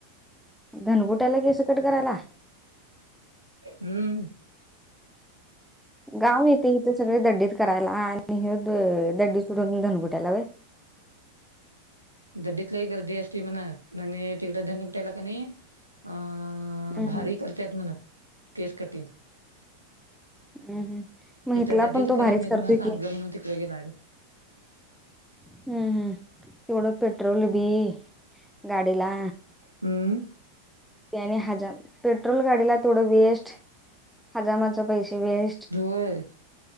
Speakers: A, in the centre; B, on the right.
A: धन कुट्याला केंस कट करायला?
B: हम्म.
A: गाव येते हिथ सगळे दड्डीत करायला आणि हे अ दड्डी सोडून धनुकुट्याला व्हय.
B: दड्डीत लई गर्दी असती म्हणा आनं तिकडं धनुकुट्याला क नई अ
A: हम्म
B: भारी
A: हम्म
B: करत्यात म्हण केस कटिंग.
A: हम्म हम्म मग इथला
B: इथं दड्डीत
A: पण तो
B: करत
A: भारीच
B: नाही
A: करतोय
B: त म्हण
A: की
B: चांगलं म्हणून तिकडे गेलाय तो.
A: हम्म हम्म तेवढं पेट्रोल बी गाडीला
B: हम्म.
A: त्याने हजाम पेट्रोल गाडीला तेवढं वेस्ट हजामाच पैस वेस्ट.
B: होय.